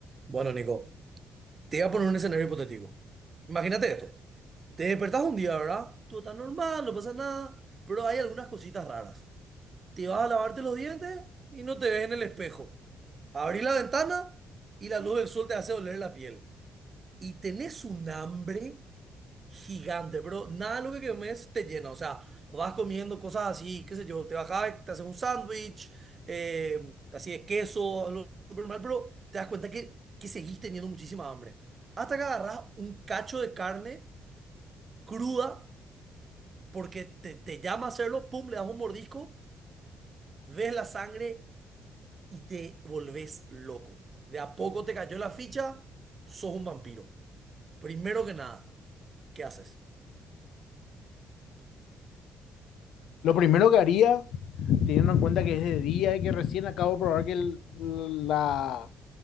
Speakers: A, on the right (about 35°); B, on the left (about 80°).
A: Bueno, Nico, te voy a poner un escenario hipotético. Imagínate esto. Te despertás un día, ¿verdad? Todo está normal, no pasa nada, pero hay algunas cositas raras. Te vas a lavarte los dientes y no te ves en el espejo. Abrís la ventana y la luz del sol te hace doler la piel. Y tenés un hambre gigante, pero nada de lo que comes te llena. O sea, vas comiendo cosas así, qué sé yo, te bajás, te haces un sándwich, eh, así de queso, algo súper mal, pero te das cuenta que, que seguís teniendo muchísima hambre. Hasta que agarras un cacho de carne cruda, porque te, te llama a hacerlo, pum, le das un mordisco, ves la sangre y te volvés loco. De a poco te cayó la ficha, sos un vampiro. Primero que nada, ¿qué haces?
B: Lo primero que haría, teniendo en cuenta que es de día y que recién acabo de probar que el- la,